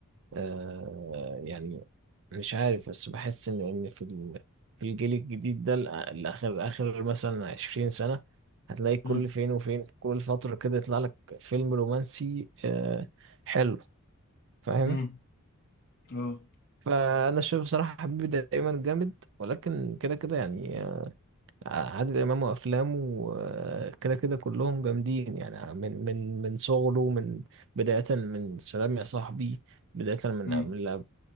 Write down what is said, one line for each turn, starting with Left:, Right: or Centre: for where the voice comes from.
Right: آه يعني مش عارف بس بحس إن إن في ال- في الجيل الجديد ده الأ- الآخر آخر مثلا عشرين سنة هتلاقي كل
Left: مم.
Right: فين وفين كل فترة كده يطلع لك فيلم رومانسي آه حلو فاهم
Left: امم اه
Right: فأنا شايف بصراحة حبيبي دايما جامد ولكن كده كده يعني آه، عادل إمام وأفلامه آه، كده كده كلهم جامدين يعني من من من صغره من بداية من سلام يا صاحبي بداية من
Left: امم
Right: من